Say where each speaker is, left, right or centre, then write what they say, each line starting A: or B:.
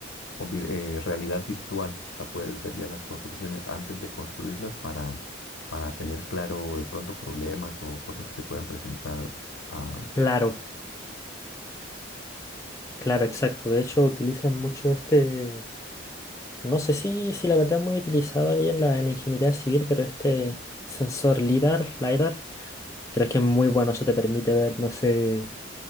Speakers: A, on the left; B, on the left.
A: con vir- eh, realidad virtual. Hasta puedes ver ya las construcciones antes de construirlas para, para tener claro de pronto problemas o cosas que se puedan presentar. ah,
B: claro, claro, exacto. De hecho, utilizan mucho este, no sé si, si la verdad es muy utilizado ahí en la, en la ingeniería civil, pero este sensor LIDAR, LIDAR, creo que es muy bueno. Eso te permite ver, no sé,